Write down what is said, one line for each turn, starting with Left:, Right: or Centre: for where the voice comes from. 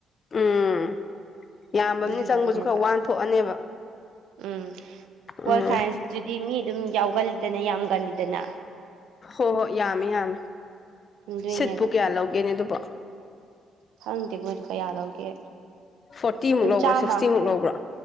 Left: ꯎꯝ ꯌꯥꯝꯕꯅꯤ
Right: ꯑꯗꯨꯗꯨꯒꯤꯅꯦꯕ
Left: ꯆꯪꯕꯁꯨ ꯈꯔ ꯋꯥꯟꯊꯣꯛꯑꯅꯦꯕ
Right: ꯎꯝ ꯍꯣ
Left: ꯎꯝ
Right: ꯁꯥꯏꯟꯁꯇꯨꯗꯤ ꯃꯤ ꯑꯗꯨꯝ ꯌꯥꯎꯒꯜꯂꯤꯗꯅ ꯌꯥꯝꯒꯜꯂꯤꯗꯅ
Left: ꯍꯣꯏ ꯍꯣꯏ ꯌꯥꯝꯃꯤ ꯌꯥꯝꯃꯤ
Right: ꯑꯗꯨꯏꯅꯦꯕ
Left: ꯁꯤꯠꯄꯨ ꯀꯌꯥ ꯂꯧꯒꯦꯅꯦ ꯑꯗꯨꯕꯣ
Right: ꯈꯪꯗꯦ ꯃꯣꯏꯗꯤ ꯀꯌꯥ ꯂꯧꯒꯦ
Left: ꯐꯣꯔꯇꯤꯃꯨꯛ
Right: ꯑꯗꯨꯝ
Left: ꯂꯧꯕ꯭ꯔꯥ
Right: ꯆꯥꯝꯃ
Left: ꯁꯤꯛꯁꯇꯤꯃꯨꯛ ꯂꯧꯕ꯭ꯔꯥ